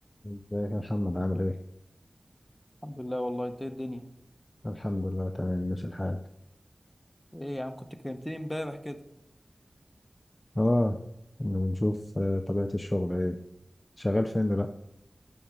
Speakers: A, on the left; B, on the left.
A: ازيك يا محمد عامل ايه؟
B: الحمد لله والله انت ايه الدنيا
A: الحمد لله تمام ماشي الحال
B: ايه يا عم كنت كلمتني امبارح كده
A: اه إنه بنشوف آه، طبيعة الشغل ايه شغال فين دلوقتي؟